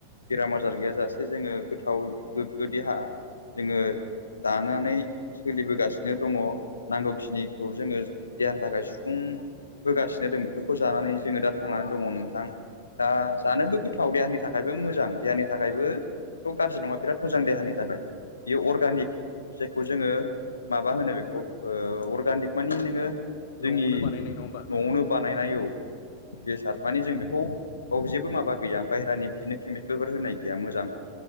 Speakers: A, on the left (about 75°); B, on the left (about 55°).
A: बेराम आजार गैयाजासे जोङो गोथाव गोग्गो देहा जोङो दानानै सोलिबोगासिनो दङ नांगौखिनिखौ जोङो देहानि थाखाय सुफुं होगासिनो दं बेफोरखौ जानानै जोङो दा थांनानै दङ नोंथां दा जानोबो गोथाव देहानि थाखाय। थाखायबो मोजां देहानि थाखायबोथ' गाज्रि नङा बिराद मोजां देहानि थाखाय बियो अर्गानिक जायखौ जोङो माबा
B: औ
A: होनो बेखौ ओ अर्गानिक मानि नोङो जोंनि
B: नोंथां औ
A: न'आवनो बानाय नायनाय औ बेसाद माने जों बेखौ बाव जेबो माबा गैया बाहेरानि बिदिनो केमिकेलफोर होनाय गैया मोजां।